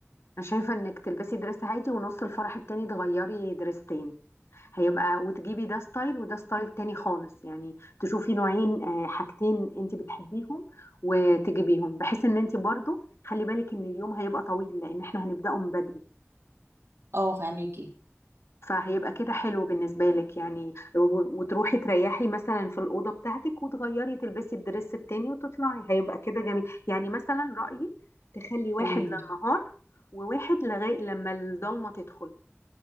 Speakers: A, on the left; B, on the right.
A: انا شايفة انك تلبسي دريس عادي ونص الفرح التاني تغيري دريس تاني هيبقى وتجيبي ده ستايل وده ستايل تاني خالص يعني تشوفي نوعين آه، حاجتين انت بتحبيهم وتجيبيهم بحيث ان انت برضو خلي بالك ان اليوم هيبقى طويل لان احنا هنبدأه من بدري
B: اه فهماكي
A: فهيبقى كده حلو بالنسبة لك يعني و- وتروحي تريحي مثلا في الأوضة بتاعتك وتغيري تلبسي الدرس التاني وتطلعي هيبقى كده جميل يعني مثلا رأيي تخلي واحد
B: قوليلي
A: للنهار وواحد لغاية لما الضلمة تدخل